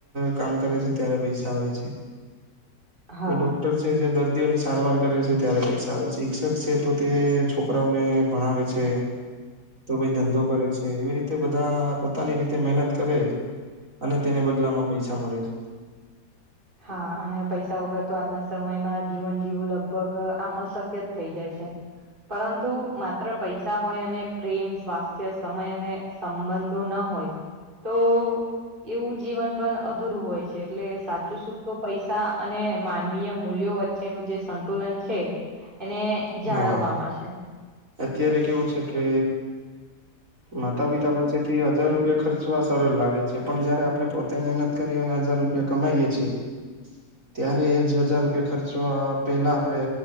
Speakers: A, on the right; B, on the right.
A: કામ કરે છે. ત્યારે પૈસા આવે છે,
B: હા
A: કોઈ ડોક્ટર જે દર્દીઓની સારવાર કરે છે ત્યારે પૈસા આવે શિક્ષક છે તો તે છોકરાઓને ભણાવે છે. તો ભાઈ ધંધો કરે છે એવી રીતે બધા પોતાની રીતે મહેનત કરે અને તેને બદલામાં પૈસા મળે છે.
B: હા અને પૈસા વગર તો આજના સમયમાં જીવન જીવું લગભગ આમ સક્યત થઈ જાય છે. પરંતુ માત્ર પૈસા હોય અને પ્રેમ સ્વાસ્થ્ય સમય અને સંબંધો ના હોય. તો એવું જીવન પણ અધૂરું હોય છે. એટલે સાચ ૂતો પૈસા અને માનવીય મૂલ્યો વચ્ચેનું જે સંતુલન છે, એને જાળવવામાં
A: હા
B: છે.
A: અત્યારે કેવું છે કે માતા પિતા પાસેથી હજાર રૂપિયા ખર્ચવા સરલ લાગે છે પણ જયારે આપડે પોતાની મહેનત કરીએ ને હજાર રૂપિયા કમાઈએ છીએ ત્યારે એજ હજાર રૂપિયા ખર્ચવા પેહલા આપડે